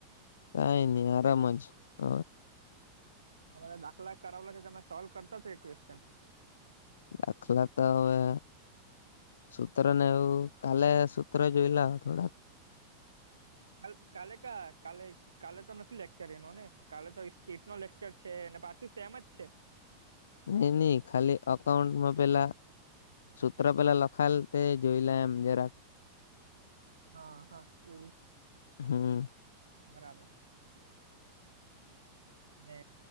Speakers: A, on the left; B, on the right.
A: કઈ નહી આરામ જ હ.
B: હ બધા દાખલા કરાવલા છે તમે સોલ્વ કરતાો એક ક્વેશ્ચન.
A: દાખલા તો હવે. સ સુતર નને આવવ કાલે સ સુતર જોઈલા થોડા.
B: કાલ કાલે કા કાલે. કાલે તો નથી લેક્ચર એનો ને કાલે તો સ્ટેટ નો લેક્ચર છે અનેને પાછું સેમ જ છે.
A: નઈ નહી ખાલી અકાઉન્ટમાં પેલા. સૂત્ર પેલા લખાયલ તે જોઈ લજ રા.
B: હા હા એવું.
A: હમ.
B: બરાબર. ને